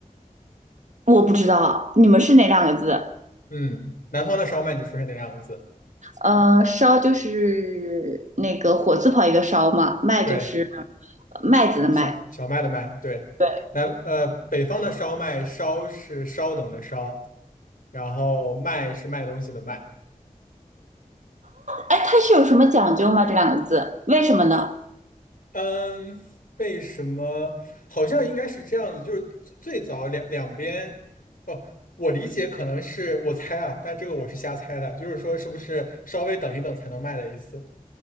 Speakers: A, on the right (about 60°); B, on the left (about 80°).
A: 我不知道，你们是哪两个字？
B: 嗯，南方的烧麦你说是哪两个字，
A: 呃，烧就是那个火字旁一个烧嘛，麦就是
B: 对，
A: 麦子的麦。
B: 小小麦的麦，对，
A: 对，
B: 南呃北方的烧麦，烧是稍等的稍，然后卖是卖东西的卖。
A: 哎，它是有什么讲究吗？这两个字，为什么呢？
B: 嗯，为什么？好像应该是这样子，就是最最早两两边，哦，我理解可能是我猜啊，但这个我是瞎猜的，就是说是不是稍微等一等才能卖的意思？